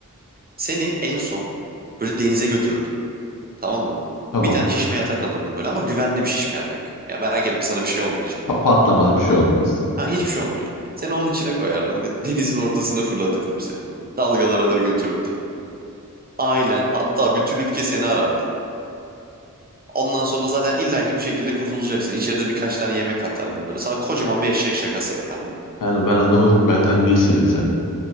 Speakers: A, on the right; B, on the left.
A: Seni en son böyle denize götürürdüm, Tamam mı?
B: <laughs> Tamam.
A: Bir tane şişme yatak alırdım böyle ama güvenli bir şişme yatak. Ya merak etme sana bir şey olmayacak.
B: Pa- patlamaz bir şey olmaz.
A: Ha hiçbir şey olmayacak. Seni onun içine koyardım ve denizin ortasına fırlatırdım seni. Dalgalar alır götürürdü. Ailen hatta bütün ülke seni arardı. Ondan sonra zaten illaki bir şekilde kurtulacaksın. İçeride birkaç tane yemek atardım böyle. Sana kocaman bir eşek şakası yapardım.
B: Yani ben anlamadım ki benden ne istedin sen?